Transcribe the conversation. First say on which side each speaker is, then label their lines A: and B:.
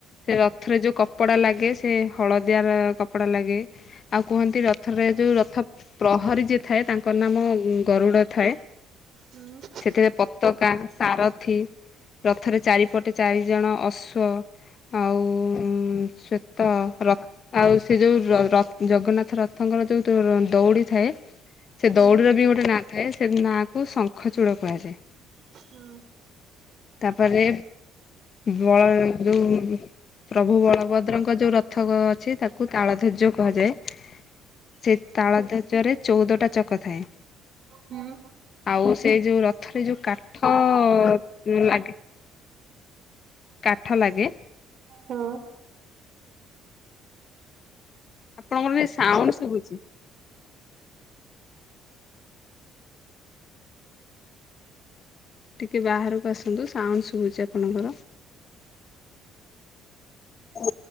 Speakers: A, on the left; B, on the right.
A: ସେ ରଥରେ ଯେଉଁ କପଡ଼ା ଲାଗେ ସେ ହଳଦିଆର କପଡ଼ା ଲାଗେ ଆଉ କୁହନ୍ତି ରଥରେ ଯୋଉ ରଥ ପ୍ରହରୀ ଯିଏ ଥାଏ ତାଙ୍କ ଙ୍କ ନାମ ଗରୁଡ ଥାଏ
B: ହୁଁ
A: ସେଥିରେ ପତାକା ସାରଥି ରଥରେ ଚାରିପଟେ ଚାରି ଜଣ ଅଶ୍ୱ ଆଉ ଶ୍ଵେତ ରକ୍ ଆଉ ସେ ଯୋଉ ର ର ଜଗନ୍ନାଥ ରଥଙ୍କର ଯୋଉ ଦଉଡି ଥାଏ ସେ
B: ହୁଁ
A: ଦୌଡ଼ିର ବି ଗୋଟେ ନାଁ ଥାଏ ସେ ନାଁ କୁ ଶଙ୍ଖଚୂଡ଼ କୁହାଯାଏ।
B: ହୁଁ
A: ତାପରେ ବଳ ଯୋଉ ପ୍ରଭୁ ବଳଭଦ୍ରଙ୍କ ଯୋଉ ରଥ ଅଛି ତାକୁ ତାଳ ଧର୍ଯ୍ୟ କୁହାଯାଏ। ସେ ତାଳ ଧ୍ୱଜ ରେ ଚଉଦଟା ଚକ ଥାଏ
B: ହୁଁ।
A: ଆଉ ସେ ଯୋଉ ରଥରେ ଯୋଉ କା ହଁ ଲାଗେ କାଠ ଲାଗେ
B: ହଁ
A: ଆପଣଙ୍କର କିଛି ସାଉଣ୍ଡ ଶୁବୁଛି ଟିକେ ବାହାରକୁ ଆସନ୍ତୁ ସାଉଣ୍ଡ ଶୁଭୁଛି ଆପଣଙ୍କର ହ